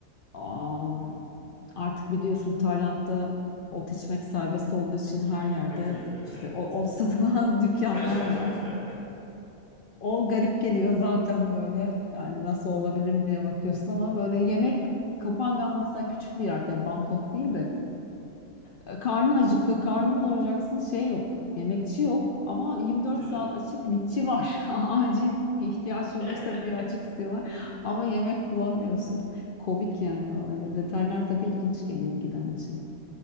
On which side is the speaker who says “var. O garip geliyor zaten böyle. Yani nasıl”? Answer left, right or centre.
Left